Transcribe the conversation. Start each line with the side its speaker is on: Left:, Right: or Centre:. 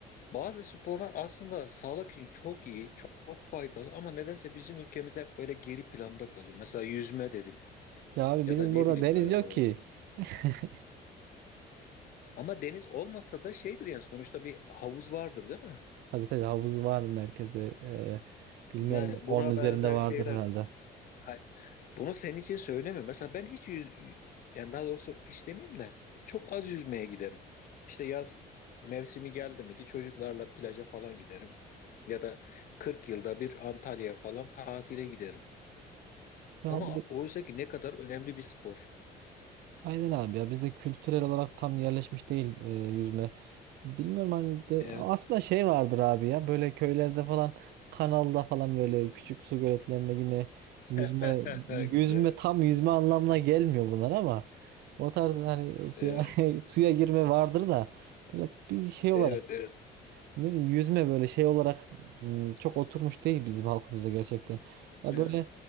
Left: bazı sporlar aslında sağlık için çok iyi, çok, çok faydalı ama nedense bizim ülkemizde hep böyle geri planda kalıyor. Mesela yüzme dedim
Right: Ya abi
Left: ya
Right: bizim
Left: da ne
Right: burada
Left: bileyim
Right: deniz
Left: e,
Right: yok ki. <laughs>
Left: ama deniz olmasa da şeydir yani sonuçta bir havuz vardır değil mi?
Right: Tabii tabii havuz var merkezde. Ee, bilmiyorum
Left: Yani
Right: onun
Left: buna
Right: üzerinde
Left: benzer
Right: vardır
Left: şeyler
Right: herhalde.
Left: Ha, Bunu senin için söylemiyorum. Mesela ben hiç yüz, yani daha doğrusu hiç demeyeyim de çok az yüzmeye giderim. İşte yaz mevsimi geldi miydi çocuklarla plaja falan giderim. Ya da 40 yılda bir Antalya falan tatile giderim.
Right: Ya
Left: Ama
Right: abi
Left: oysa ki ne kadar önemli bir spor.
Right: Aynen abi ya bizde kültürel olarak tam yerleşmiş değil e, yüzme. Bilmiyorum hani de
Left: Evet.
Right: aslında şey vardır abi ya böyle köylerde falan kanalda falan böyle küçük su göletlerinde yine yüzme
Left: <laughs>
Right: yüzme
Left: Güzel.
Right: tam yüzme anlamına gelmiyor bunlar ama o tarz hani suya
Left: Evet.
Right: <laughs> suya girme vardır da böyle bir şey olarak
Left: Evet, evet.
Right: ne diyeyim, yüzme böyle şey olarak m, çok oturmuş değil bizim halkımızda gerçekten. Ya
Left: Evet.
Right: böyle